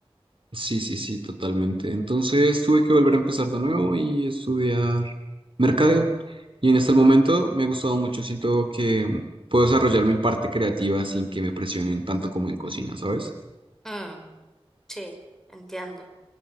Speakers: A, on the right (about 55°); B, in the centre.
A: Sí, sí, sí, totalmente. Entonces tuve que volver a empezar de nuevo y estudiar mercadeo. Y en este momento me ha gustado mucho. Siento que puedo desarrollar mi parte creativa sin que me presionen tanto como en cocina, ¿sabes?
B: Mm, sí, entiendo.